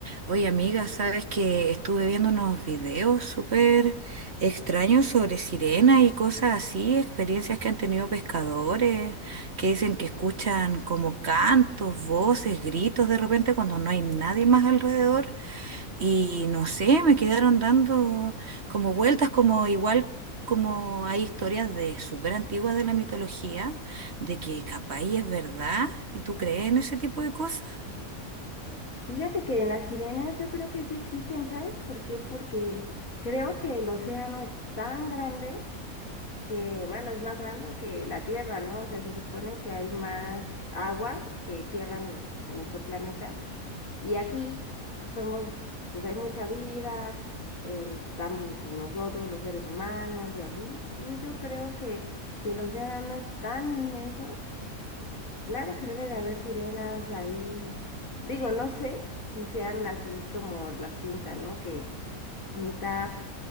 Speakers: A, on the right; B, on the left.
A: Oye, amiga, sabes que estuve viendo unos videos súper extraños sobre sirenas y cosas así, experiencias que han tenido pescadores, que dicen que escuchan como cantos, voces, gritos de repente cuando no hay nadie más alrededor. Y no sé, me quedaron dando como vueltas, como igual como hay historias de súper antiguas de la mitología, de que capaz y es verdad, y tú crees en ese tipo de cosas.
B: Fíjate que en las sirenas yo creo que sí existen, ¿sabes por qué? Porque creo que el océano es tan grande que, bueno, es más grande que la Tierra, ¿no? O sea, se supone que hay más agua que tierra en, en nuestro planeta. Y aquí somos, pues hay mucha vida, eh, estamos pues nosotros, los seres humanos y así. Entonces yo creo que si el océano es tan inmenso, Claro que debe de haber sirenas ahí. Digo, no sé si sean así como las pintan, ¿no? Que mitad,